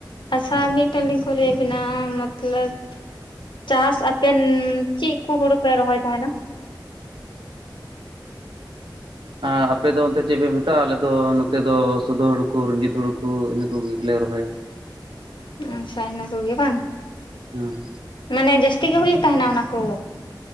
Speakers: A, on the left; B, on the right.
A: ᱟᱪᱷᱟ ᱢᱤᱫ ᱴᱮᱱ ᱞᱤᱝ ᱠᱩᱞᱤᱭᱮᱫ ᱵᱮᱱᱟ ᱢᱚᱛᱞᱚᱵᱽ ᱪᱟᱥ ᱟᱯᱮᱱ ᱪᱤᱫ ᱠᱩ ᱦᱩᱲᱩ ᱯᱮ ᱨᱚᱦᱚᱭ ᱛᱟᱦᱮᱱᱟ?
B: ᱮᱸ ᱟᱨ ᱟᱯᱮ ᱫᱚ ᱚᱱᱛᱮ ᱪᱮᱫ ᱯᱮ ᱢᱮᱛᱟᱜᱼᱟ ᱟᱞᱮ ᱫᱚ ᱱᱚᱛᱮ ᱫᱚ ᱥᱩᱫᱷ ᱦᱩᱲᱩ ᱠᱩ ᱨᱚᱸᱡᱤᱛ ᱦᱩᱲᱩ ᱠᱩ ᱤᱱᱟ. ᱠᱚᱜᱮᱞᱮ ᱨᱚᱦᱚᱭᱟ
A: ᱟᱪᱷᱟ ᱤᱱᱟᱹ ᱠᱚᱜᱮ ᱵᱟᱝ
B: ᱦᱩᱸ
A: ᱢᱟᱱᱮ ᱡᱟᱹᱥᱛᱤ ᱜᱮ ᱦᱩᱭᱩᱜ ᱛᱟᱦᱮᱱᱟ ᱚᱱᱟ ᱠᱩ